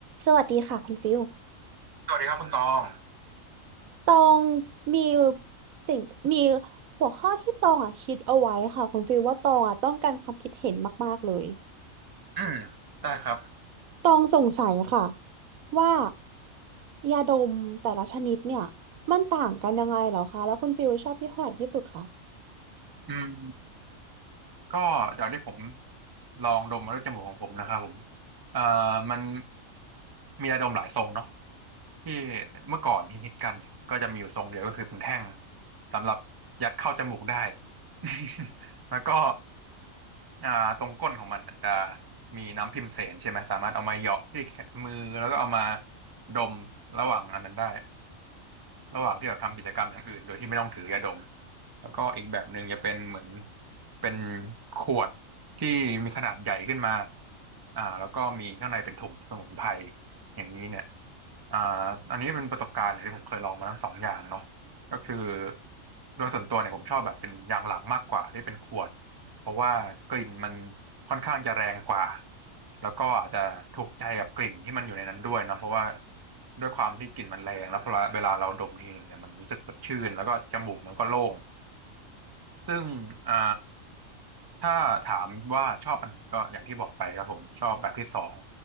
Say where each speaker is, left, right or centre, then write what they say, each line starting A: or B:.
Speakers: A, on the right (about 85°); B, on the right (about 20°).
A: สวัสดีค่ะคุณฟิล
B: สวัสดีครับคุณตอง
A: ตองมีสิ่งมีหัวข้อที่ตองอ่ะคิดเอาไว้ค่ะคุณฟิลว่าตองอ่ะต้องการความคิดเห็นมากๆเลย
B: อืมได้ครับ
A: ตองสงสัยค่ะว่ายาดมแต่ละชนิดเนี่ยมันต่างกันยังไงเหรอคะแล้วคุณฟิลชอบยี่ห้อไหนที่สุดคะ
B: อืมก็จากที่ผมลองดมมาด้วยจมูกของผมนะครับผมเอ่อมันมียาดมหลายทรงเนาะที่เมื่อก่อนฮิตๆกันเนี่ยก็จะมีอยู่ทรงเดียวก็คือเป็นแท่งสำหรับยัดเข้าจมูกได้ <laughs> แล้วก็อ่าตรงก้นของมันอาจจะมีน้ำพิมเสนใช่ไหมสามารถเอามาเหยาะที่มือแล้วก็เอามาดมระหว่างอันนั้นได้ ระหว่างที่แบบทำกิจกรรมอย่างอื่นโดยที่ไม่ต้องถือยาดม แล้วก็อีกแบบหนึ่งจะเป็นเหมือนเป็นขวดที่มีขนาดใหญ่ขึ้นมาอ่าแล้วก็มีข้างในเป็นถุงสมุนไพรอย่างนี้เนี่ยอ่าอันนี้เป็นประสบการณ์ที่ผมเคยลองมาทั้งสองอย่างเนาะก็คือโดยส่วนตัวเนี่ยผมชอบแบบเป็นอย่างหลังมากกว่าที่เป็นขวด เพราะว่ากลิ่นมันค่อนข้างจะแรงกว่าแล้วก็อาจจะถูกใจกับกลิ่นที่มันอยู่ในนั้นด้วยนะเพราะว่าด้วยความที่กลิ่นมันแรงแล้วพอเวลาเราดมทีหนึ่งเนี่ยมันรู้สึกสดชื่นแล้วก็จมูกมันก็โล่งซึ่งอ่าถ้าถามว่าชอบอันไหนก็อย่างที่บอกไปครับผมชอบแบบที่สอง